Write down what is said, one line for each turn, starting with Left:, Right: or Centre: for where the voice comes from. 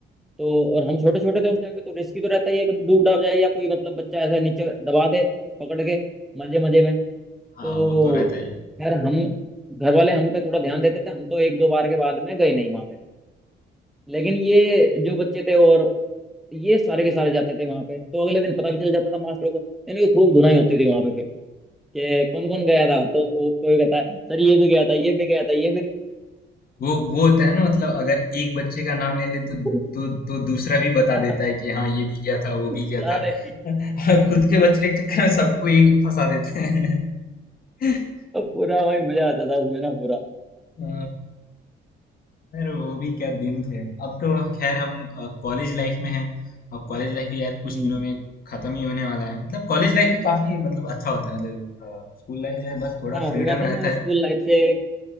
Centre: तो और हम छोटे छोटे थे उस टाइम पे तो रिस्की तो रहता ही है कभी डूब डाब जाए या कोई मतलब बच्चा ऐसा नीचे दबा दे पकड़ के मजे मजे में तो
Left: हाँ वो तो रहता है
Centre: खैर हम घर वाले हम पे थोड़ा ध्यान देते थे हम तो एक दो बार के बाद में गए नहीं वहां पे लेकिन ये जो बच्चे थे और ये सारे के सारे जाते थे वहां पे तो अगले दिन पता भी चल जाता था मास्टरों को इनकी खूब धुनाई होती थी वहां पे फिर कि कौन कौन गया था तो वो कोई कहता है सर ये भी गया था ये भी गया था ये भी
Left: वो वो होता है ना मतलब अगर एक बच्चे का नाम ले ले
Centre: गया
Left: तो तो तो दूसरा भी बता
Centre: था।"
Left: देता है कि हाँ ये भी किया था वो
Centre: <laughs>
Left: भी किया
Centre: सारे
Left: था <laughs> खुद के बचने के चक्कर में सबको एक फंसा देते हैं <laughs>
Centre: पूरा भाई मजा आता था उसमें ना पूरा
Left: अ, यार वो भी क्या दिन थे अब तो खैर हम कॉलेज लाइफ में हैं अब कॉलेज लाइफ भी यार कुछ
Centre: हम्म
Left: दिनों में खत्म ही होने वाला है मतलब कॉलेज लाइफ भी काफी मतलब अच्छा होता है मतलब स्कूल लाइफ में बस थोड़ा
Centre: हाँ
Left: फ्रीडम
Centre: वैसे
Left: रहता
Centre: ना
Left: है
Centre: स्कूल लाइफ से